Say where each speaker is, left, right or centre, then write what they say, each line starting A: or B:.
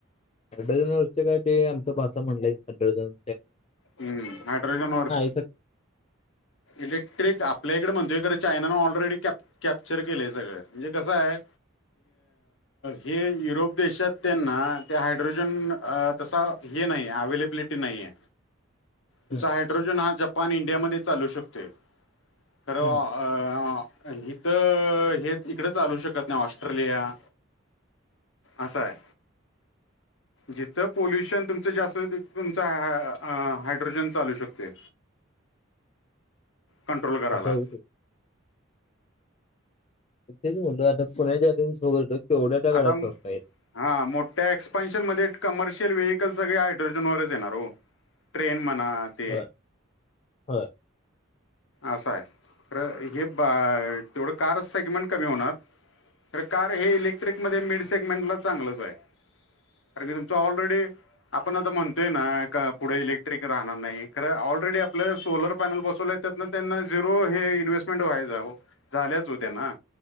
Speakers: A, on the left (about 30°); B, on the left (about 65°).
A: हायड्रोजन वरच काय ते आमच भाचा म्हणलंय हायड्रोजन.
B: हम्म हायड्रोजन वर.
A: सर
B: इलेक्ट्रिक आपल्या इकडे म्हणतोय खरं चायना ऑलरेडी कॅप. कॅप्चर केलंय सगळं म्हणजे कसं आहे हे युरोप देशात. त्यांना त्या हायड्रोजन तसा हे नाहीे अवलेबिलिटी नाहीय. तुमचा
A: हम्म
B: हायड्रोजन हा जपान इंडियामध्ये चालू शकतो. तर अ---.
A: हम्म
B: इथं हेच इकडे चालू शकत नाही ऑस्ट्रेलिया. असाय. जिथं पोल्युशन तुमचं जास्त तिथं तुमचा ह---. हायड्रोजन चालू शकते कंट्रोल करायला.
A: असं आहे ते तेच म्हटलं आता कोण्याच्याच बघतो. केवढ्या त्या गाड्या
B: आता
A: स्वस्त आहेत
B: हा मोठ्या एक्सपान्शन मध्ये कमर्शि यल व्हेईकल सगळे हायड्रोजन वरच येणार ओ ट्रेन म्ह ना ते
A: होय होय
B: असं आहे खरं हे तेवढं कार सेगमेंट कमी होणार. तर कार हे इलेक्ट्रिक मध्ये मिड सेगमेंट ला चांगलंच आहे. अरे मी तुमचा ऑलरेडी आपण आता म्हणतोय ना का पुढे इलेक्ट्रिक राहणार नाही खरं ऑलरेडी आपलं सोलर पॅनल बसवलेत. त्यातनं त्यांना झिरो हे इन्व्हेस्टमेंट व्हायचंय ओ झाल्याच ओ त्यांना